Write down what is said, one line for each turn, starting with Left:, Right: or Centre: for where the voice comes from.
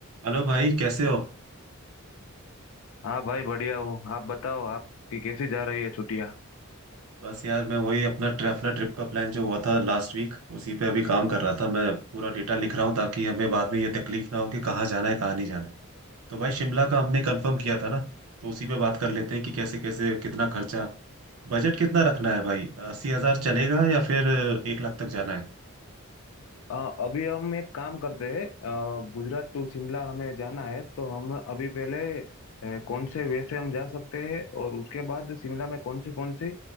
Right: Hello भाई कैसे हो
Left: हाँ भाई बढ़िया हूँ आप बताओ आपकी कैसी जा रही है छुट्टियाँ
Right: बस यार मैं वही अपना ट्रिप अपना ट्रिप का प्लान जो हुआ था लास्ट वीक उसी पे अभी काम कर रहा था मैं पूरा डेटा लिख रहा हूँ ताकि हमें बाद में ये तकलीफ ना हो कि कहाँ जाना है कहाँ नहीं जाना है तो भाई शिमला का हमने कंफर्म किया था ना तो उसी पे बात कर लेते हैं कि कैसे कैसे कितना खर्चा बजट कितना रखना है भाई अस्सी हजार चलेगा या फिर एक लाख तक जाना है
Left: अ, अभी हम एक काम करते हैं अ, गुजरात
Right: हम्म।
Left: टू शिमला हमें जाना है तो हम अभी पहले अ, कौन से वे से हम जा सकते हैं और उसके बाद शिमला में कौन सी कौन सी